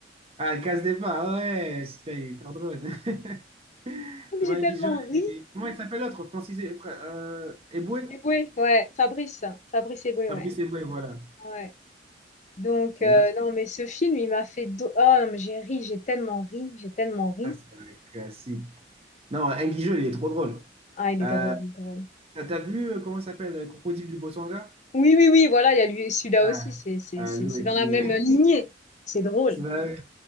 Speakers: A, on the right (about 35°); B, on the left (about 40°).
A: Ah, Casse des pas, ouais, c'était hyper drôle. <laughs>
B: mais
A: Thomas
B: j'ai tellement
A: Guigeol
B: ri.
A: et- Comment il s'appelle l'autre? Francis et... Fra- euh, Eboué?
B: Eboué, ouais, Fabrice, Fabrice Eboué,
A: Fabrice
B: ouais.
A: Eboué, voilà.
B: Ouais. Donc,
A: Bien
B: euh,
A: sûr,
B: non, mais ce film, il m'a fait. do- Oh, non, mais j'ai ri, j'ai tellement ri, j'ai tellement ri.
A: ça, c'est un classique. Non, Guigeol, il est trop drôle.
B: Ah, il est
A: Euh,
B: drôle, il est drôle.
A: T'as t'as vu, euh, comment il s'appelle, euh, Crocodile du Botswana?
B: Oui, oui, oui, voilà, il y a lui, celui-là
A: Ah,
B: aussi, c'est c'est-
A: ah,
B: c'est-
A: lui
B: c'est
A: aussi.
B: dans la même
A: euh.
B: lignée. C'est drôle.
A: <laughs> C'est vrai.